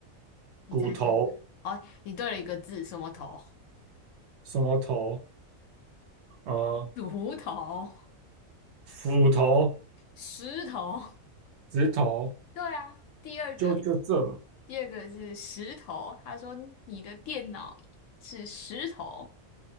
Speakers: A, on the left; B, on the right.
A: 你猜猜看？
B: 骨头
A: 哦，你对了一个字，什么头？
B: 什么头，呃，
A: <laughs> 乳头、
B: 斧头、
A: 石头。
B: 指头，
A: 对啊，第二个，
B: 就就这了。
A: 第二个是石头。他说你的电脑是石头，